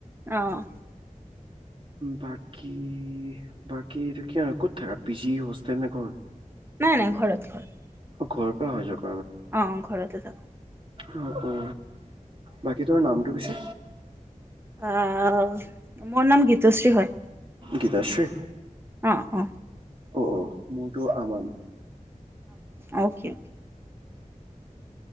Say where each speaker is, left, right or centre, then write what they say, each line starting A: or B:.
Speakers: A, on the right; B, on the right.
A: অঁ
B: বাকী বাকীটো কিয় ক'ত থাকা পি জি হোষ্টেল নে ক
A: নাই নাই ঘৰত ঘৰত
B: ঘৰ পৰা অহা যোৱা <unintelligible>
A: অ ঘৰতে থাকো
B: অ অ বাকী তোমাৰ নামটো পিছে?
A: আহ মোৰ নাম গীতশ্ৰী হয়।
B: গীতাশ্ৰী
A: অ অ
B: অ অ মোৰটো আমান
A: আও কি